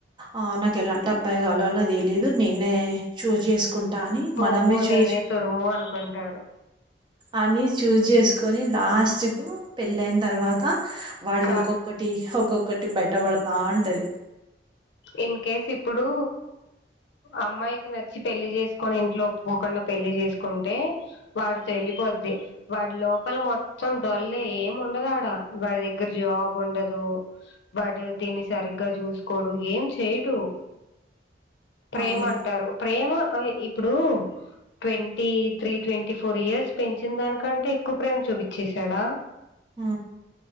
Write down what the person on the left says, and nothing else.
తోపో
నేనే తురుము అనుకుంటారు
కా
ఇన్ కేస్ ఇప్పుడు అమ్మాయికి నచ్చి పెళ్లి చేసుకొని ఇంట్లో ఒప్పుకోకుండా పెళ్లి చేసుకుంటే వాడు తెలిపోద్ది వాడి లోపల మొత్తం డొల్లే ఏం ఉండదు ఆడ వాడి దగ్గర జాబ్ ఉండదు బట్ దీన్ని సరిగ్గా చూసుకోడు ఏం చేయడు ప్రేమ
అంటారు ప్రేమ అది ఇప్పుడు twenty three twenty four years పెంచిన దానికంటే ఎక్కువ ప్రేమ చూపించేసాడ